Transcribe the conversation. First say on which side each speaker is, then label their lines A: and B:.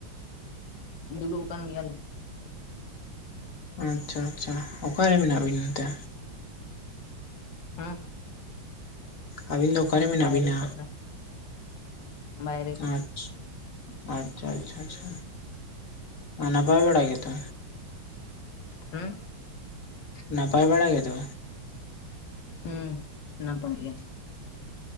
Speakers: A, on the left; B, on the left.
A: ᱫᱩᱲᱩᱜ ᱟᱠᱟᱱ ᱜᱮᱭᱟᱞᱤᱧ᱾
B: ᱟᱪᱪᱷᱟ ᱟᱪᱪᱷᱟ ᱚᱠᱟᱨᱮ ᱢᱮᱱᱟᱜ ᱵᱤᱱᱟ ᱛᱮ?
A: ᱦᱩᱸ
B: ᱟᱹᱵᱤᱱ ᱫᱚ ᱚᱠᱟᱨᱮ ᱢᱮᱱᱟᱜ
A: ᱵᱟᱭᱨᱮ
B: ᱵᱤᱱᱟ
A: ᱥᱮᱫ ᱨᱮ ᱵᱟᱭᱨᱮ ᱠᱚ
B: ᱟᱸᱪ ᱟᱪᱪᱷᱟ ᱟᱪᱪᱷᱟ ᱟᱪᱪᱷᱟ ᱱᱟᱯᱟᱭ ᱵᱟᱲᱟ ᱜᱮᱛᱚ?
A: ᱦᱩᱸ
B: ᱱᱟᱯᱟᱭ ᱵᱟᱲᱟ ᱜᱮᱛᱚ?
A: ᱦᱩᱸ ᱱᱟᱯᱟᱭ ᱜᱮ᱾